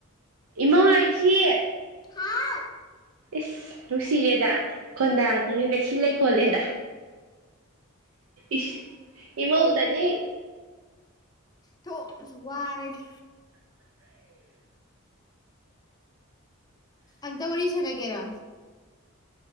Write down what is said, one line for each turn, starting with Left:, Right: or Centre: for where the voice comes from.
Right: ꯏꯃꯧ ꯂꯩꯁꯤ꯫
Left: ꯍꯥꯥꯎ
Right: ꯏꯁ ꯅꯨꯡꯁꯤꯔꯦꯗ ꯈꯣꯟꯗꯥꯖꯤꯗꯤ ꯂꯩꯁꯤ ꯂꯩꯈꯣꯜꯂꯦꯗ ꯏꯁ ꯏꯃꯧꯗꯅꯤ꯫
Left: ꯊꯣꯛꯁꯨ ꯋꯥꯔꯦꯅꯦ ꯑꯗ ꯋꯥꯔꯤꯔꯤ ꯆꯉꯒꯦꯔ